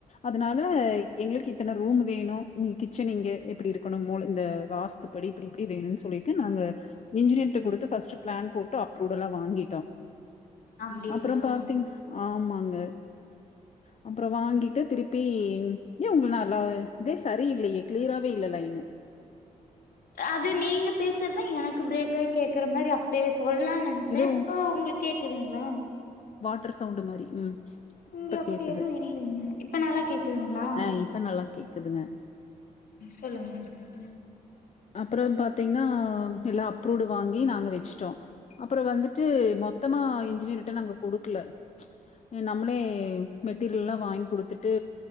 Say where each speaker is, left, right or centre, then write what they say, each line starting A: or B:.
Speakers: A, on the left; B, on the left.
A: அதனால எங்களுக்கு இத்தனை ரூம் வேணும் நீ கிச்சன் இங்க இப்படி இருக்கணும் மோ இந்த வாஸ்து படி இப்டி இப்டி வேணுனு சொல்லிட்டு நாங்க இன்ஜினியர்ட்ட குடுத்து ஃபர்ஸ்ட் பிளான் போட்டு அப்ரூடுயெல்லா வாங்கிட்டோ
B: அப்டிங்களா
A: அப்ற பாத்திங் ஆமாங் <unintelligible> அப்றோ வாங்கி டு திருப்பி ஏன் உங்க நல்லா இதே சரி இல்லையே கிளியராவேே இல்லலைனுு
B: அது நீங்க பேசுறதா எனக்கு பிரேக் க கேக்கற மாரி அப் இ சொல்லலாம்னு நினைச்சே
A: ஏதோ
B: இப்போ உங்களுக்கு கேக்குதுங்களா
A: வாட்டரு சவுண்டு மாரி ம்
B: இங்க
A: இப்ப
B: அப்டி
A: கேக்குது
B: எதுவு இல்லைங்க இப்ப நல்லா கேக்குதுங்களா
A: ஆ இப்ப நல்லா கேக்குதுங்க
B: சொல்லுங்க சொல்லுங்க
A: அப்புறம் பாத்தீங்கன்னா எல்லாம் அப்ரூவ்ட் வாங்கி நாங்க வச்சுட்டோம் அப்புறம் வந்துட்டு மொத்தமா இன்ஜினியர்ட்ட நாங்க கொடுக்கல நம்மளே மெட்டீரியல் லா வாங்கி குடுத்துட்டு